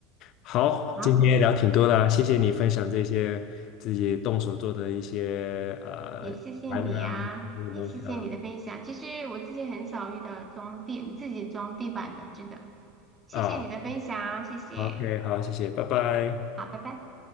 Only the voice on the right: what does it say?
好，
也谢谢你啊，也谢谢你的分享。其实我自己很少遇到装地自己装地板的，真的。谢谢你的分享，
谢谢。
好，拜拜。